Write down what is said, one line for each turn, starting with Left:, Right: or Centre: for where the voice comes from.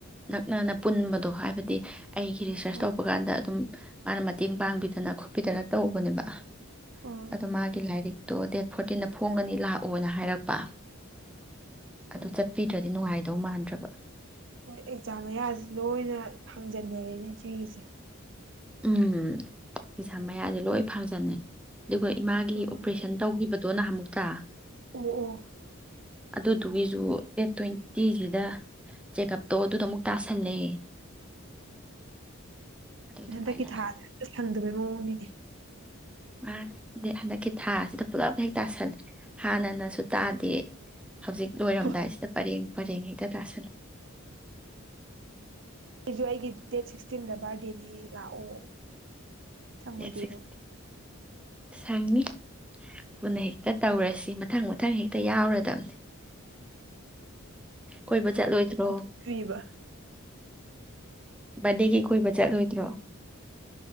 Centre: ꯅꯛꯅꯅ ꯄꯨꯟꯕꯗꯣ ꯍꯥꯏꯕꯗꯤ ꯑꯩꯒꯤ ꯔꯤꯁꯔꯁ
Right: ꯍꯣꯏ
Centre: ꯇꯧꯕ ꯀꯥꯟꯗ ꯑꯗꯨꯝ ꯃꯥꯅ ꯃꯇꯦꯡ ꯄꯥꯡꯕꯤꯗꯅ ꯈꯣꯠꯄꯤꯗꯅ ꯇꯧꯕꯅꯦꯕ
Right: ꯑꯥ
Centre: ꯑꯣ ꯃꯥꯒꯤ ꯂꯥꯏꯔꯤꯛ ꯑꯣ ꯗꯦꯠ ꯐꯣꯔꯇꯤꯟꯗ ꯐꯣꯡꯒꯅꯤ ꯂꯥꯛꯑꯣꯅ ꯍꯥꯏꯔꯛꯄ ꯑꯗꯨ
Right: ꯎꯝ
Centre: ꯆꯠ ꯁꯤ ꯅꯨꯡꯉꯥꯏꯗꯧ ꯃꯥꯟꯗ꯭ꯔꯕ
Right: ꯍꯣꯏ ꯑꯦꯛꯖꯥꯝ ꯃꯌꯥꯁꯤ ꯂꯣꯏꯅ ꯐꯪꯖꯟꯅꯔꯦꯅꯦ ꯏꯆꯦꯒꯤꯁꯦ
Centre: ꯎꯝ ꯄꯩꯁꯥ ꯃꯌꯥꯗꯤꯦ ꯂꯣꯏ ꯐꯪꯖꯟꯅꯅꯤ ꯑꯗꯨꯒ ꯏꯃꯥꯒꯤ
Right: ꯎꯝ
Centre: ꯑꯣꯄꯔꯦꯁꯟ ꯇꯧꯈꯤꯕ ꯑꯣ ꯅꯍ ꯑꯃꯨꯛ ꯆ
Right: ꯑꯣ ꯑꯣ
Centre: ꯑꯗꯨꯗꯨꯒꯤꯁꯨ ꯑꯦꯦꯠ ꯇ꯭ꯋꯦꯟꯇꯤꯁꯤꯗ ꯆꯦꯛꯑꯞꯇꯣ ꯑꯗꯨꯗ ꯑꯃꯨꯛ ꯇꯥꯁꯜꯂꯦ ꯑꯗꯨ
Right: ꯑ
Centre: ꯑꯗꯨꯃꯥꯏꯅ
Right: ꯍꯟꯗꯛꯀꯤ ꯊꯥꯁꯦ ꯁꯪꯗꯕ ꯔꯅꯤꯅꯦ
Centre: ꯃꯥ ꯍꯟꯗꯛꯀꯤ ꯊꯥꯁꯤꯗ ꯄꯨꯜꯂꯞ ꯍꯦꯛ ꯇꯥꯁꯂꯦ ꯍꯥꯟꯅꯅꯁꯨ ꯇꯥꯗꯦ ꯍꯧꯖꯤꯛ ꯂꯣꯏꯔꯝꯗꯥꯏꯁꯤꯗ
Right: ꯍꯣꯏ
Centre: ꯄꯔꯦꯡ ꯄꯔꯦꯡ ꯍꯦꯛꯇ ꯂꯥꯥꯁꯂ
Right: ꯑꯩꯁꯨ ꯑꯩꯒꯤ ꯗꯦꯠ ꯁꯤꯛꯁꯇꯤꯟꯗ ꯕꯥꯔꯗꯦꯅꯤ ꯂꯥꯛꯑꯣ ꯁꯪꯉꯣꯏꯗꯣꯏꯔꯣ
Centre: ꯗꯦꯠ ꯁꯤꯛꯁ ꯁꯪꯅꯤ ꯄꯨꯟꯅ ꯍꯦꯛꯇ ꯇꯧꯔꯁꯤ ꯃꯊꯪ ꯃꯊꯪ ꯍꯦꯛꯇ ꯌꯥꯎꯔꯗꯕꯅꯤ ꯀꯣꯏꯕ ꯆꯠꯂꯣꯏꯗ꯭ꯔꯣ
Right: ꯑꯗꯨ ꯀ꯭ꯔꯤꯕ
Centre: ꯕꯥꯔꯗꯦꯒꯤ ꯀꯣꯏꯕ ꯆꯠꯂꯣꯏꯗ꯭ꯔꯣ